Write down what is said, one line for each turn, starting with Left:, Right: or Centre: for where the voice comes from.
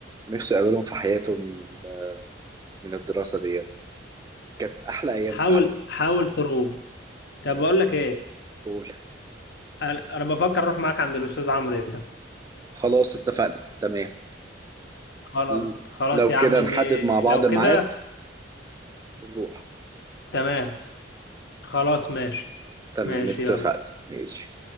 Right: ونفسه يقابلهم في حياته من ال- من الدراسة ديت كانت أحلى أيام
Left: حاول
Right: فعلا
Left: حاول تروح طب بقول لك ايه
Right: قول
Left: انا أنا بفكر اروح معاك عند الاستاذ عمرو ده
Right: خلاص اتفقنا تمام
Left: خلاص
Right: ل-
Left: خلاص
Right: لو
Left: يا
Right: كده
Left: عم إن...
Right: نحدد مع بعض
Left: لو
Right: ميعاد
Left: كده
Right: ونروح
Left: تمام خلاص ماشي
Right: تمام
Left: ماشي
Right: اتفقنا
Left: يلا
Right: ماشي